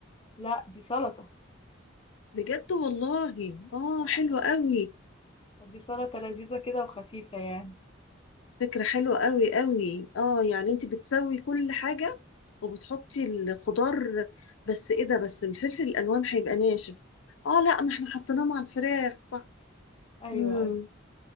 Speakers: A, on the left; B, on the left.
A: لا دي سلطة
B: بجد والله اه
A: <laughs>
B: حلو قوي
A: دي سلطة لذيذة كده وخفيفة يعني
B: فكرة حلوة قوي قوي اه يعني انت بتسوي كل حاجة وبتحطي الخضار بس ايه ده بس الفلفل الالوان هيبقى ناشف اه لا ما احنا حطيناه مع الفراخ صح
A: أيوة
B: امم
A: أيوة